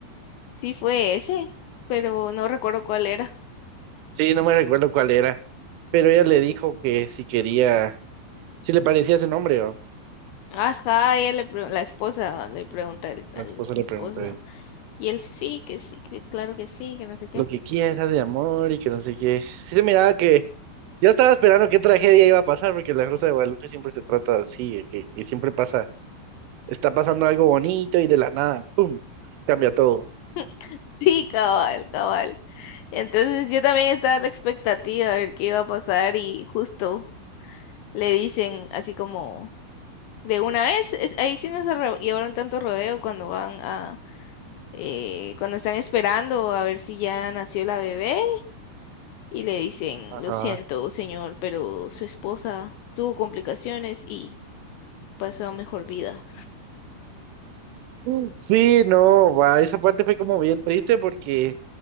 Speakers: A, on the left; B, on the right.
A: Sí fue ese, pero no recuerdo cuál era.
B: Sí, no me recuerdo cuál era, pero ella le dijo que si quería, si le parecía ese nombre, ¿va?
A: Ajá, ella le pre- la esposa le pregunta al,
B: La
A: al
B: esposa le
A: esposo.
B: preguntó
A: Y él sí, que sí, que claro que sí, que no sé qué.
B: lo que quiera de amor y que no sé qué. Sí se miraba que yo estaba esperando qué tragedia iba a pasar, porque la Rosa de Guadalupe siempre se trata así, que, que siempre pasa Está pasando algo bonito y de la nada, ¡pum! Cambia todo.
A: <laughs> Sí, cabal, cabal. Entonces yo también estaba a la expectativa a ver qué iba a pasar y justo le dicen así como de una vez, es- ahí sí no se re- llevaron tanto rodeo cuando van a eh, cuando están esperando a ver si ya nació la bebé y le dicen,
B: Ajá.
A: lo siento, señor, pero su esposa tuvo complicaciones y pasó a mejor vida.
B: Mm. Sí, no, va, esa parte fue como bien triste porque